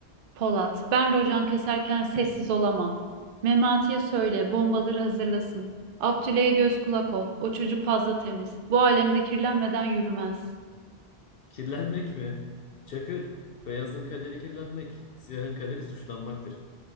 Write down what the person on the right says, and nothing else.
Polat, ben rocan keserken sessiz olamam. Memati'ye söyle, bombaları hazırlasın. Abdüle'ye göz kulak ol. O çocuk fazla temiz. Bu alemde kirlenmeden yürümez.